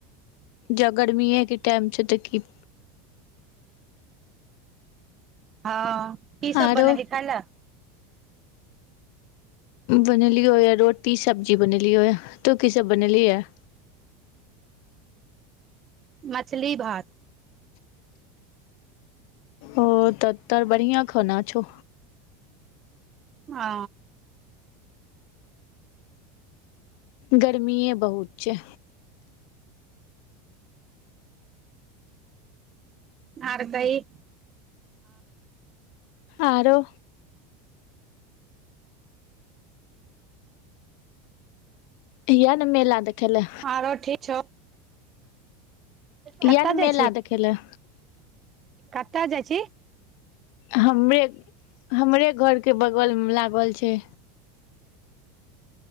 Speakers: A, on the left; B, on the right.
A: जे गर्मी ह कि टाम च तऽ
B: हँ क सभ
A: आरो
B: बनेली खइ ल
A: बनली हो यै रोटी सब्जी बनली हो य तू की सभ बनली य
B: मछली भात।
A: ओ तऽ तोर बढ़िया खाना छौ
B: आ।
A: गर्मीए बहुत छै।
B: ओर कही
A: ओरो ये नहि मेला देखले।
B: ओर ठीक छौ
A: किए
B: कतऽ
A: नहि
B: जाइ
A: मेला देखै लए
B: कतआ जाय छी।
A: हमरे हमरे घर के बगल मे लागल छै।